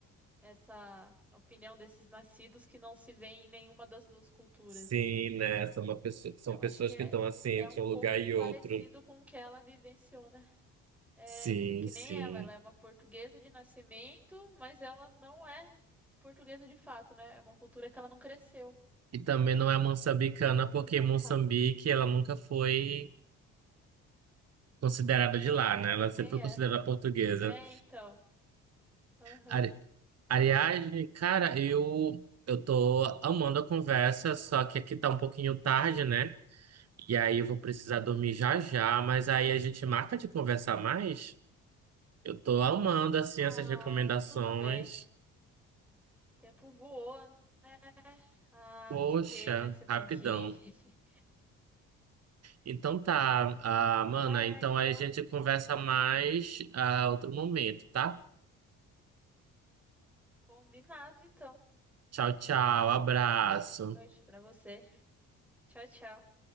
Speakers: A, in the centre; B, on the right (about 40°).
A: essa opinião desses nascidos que não se vêem em nenhuma das duas culturas.
B: Sim, né? São, uma pessoa- são
A: Então
B: pessoas
A: acho que é,
B: que estão assim
A: é
B: entre
A: um pouco
B: um lugar e
A: parecido
B: outro.
A: com o que ela vivenciou na É
B: Sim,
A: é que
B: sim.
A: nem ela, ela é uma portuguesa de nascimento, mas ela não é portuguesa de fato, né? É uma cultura que ela não cresceu.
B: E também não é moçambicana,
A: Depois tem
B: porque
A: que voltar.
B: Moçambique ela nunca foi considerada
A: É,
B: de lá,
A: ela
B: né? Ela
A: não tem.
B: sempre foi considerada
A: É,
B: portuguesa.
A: é então. Aham,
B: Ari- Aliás, cara, eu, eu tô amando a conversa, só que aqui tá um pouquinho tarde, né? E aí eu vou precisar dormir já já, mas
A: aham.
B: aí a gente marca de conversar mais. Eu tô amando assim
A: Ah,
B: essas recomendações.
A: tudo bem. O tempo voou, né? Ah,
B: Poxa,
A: que pena que você tem
B: rapidão.
A: que ir. <laughs>
B: Então tá,
A: Então
B: ah, mana,
A: vai lá,
B: então
A: então.
B: aí a gente conversa mais a outro momento, tá?
A: Combinado, então.
B: Tchau, tchau, abraço.
A: Boa noite pra você. Tchau, tchau.